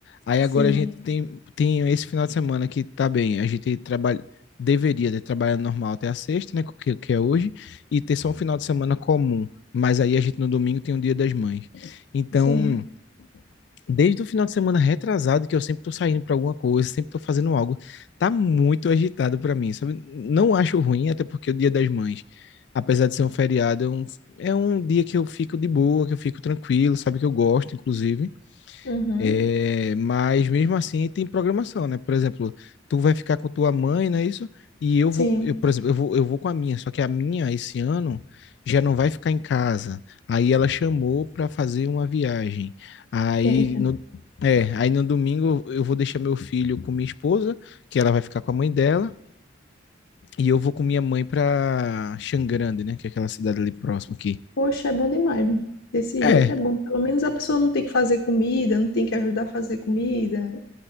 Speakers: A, on the left (about 60°); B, on the left (about 85°).
A: Aí
B: Sim,
A: agora a gente tem, tem esse final de semana que tá bem, a gente trabalha, deveria ter trabalhado normal até a sexta, né, que, que é hoje, e ter só um final de semana comum. Mas aí a gente no domingo tem o Dia das Mães. Então,
B: sim.
A: Desde o final de semana retrasado, que eu sempre tô saindo pra alguma coisa, sempre tô fazendo algo, tá muito agitado pra mim, sabe? Não acho ruim, até porque é o Dia das Mães, apesar de ser um feriado, é um, é um dia que eu fico de boa, que eu fico tranquilo, sabe? Que eu gosto, inclusive.
B: Uhum.
A: É, mas mesmo assim tem programação, né? Por exemplo, tu vai ficar com tua mãe, não é isso? E eu
B: Sim.
A: vou, eu, por exemplo, eu vou, eu vou com a minha, só que a minha esse ano já não vai ficar em casa. Aí ela chamou para fazer uma viagem. Aí
B: Eita.
A: no, é, aí no domingo eu vou deixar meu filho com minha esposa, que ela vai ficar com a mãe dela, e eu vou com minha mãe para Xangrande, né? Que é aquela cidade ali próxima aqui.
B: Poxa, é bom demais. Desse
A: É,
B: jeito é bom. Pelo menos a pessoa não tem que fazer comida, não tem que ajudar a fazer comida.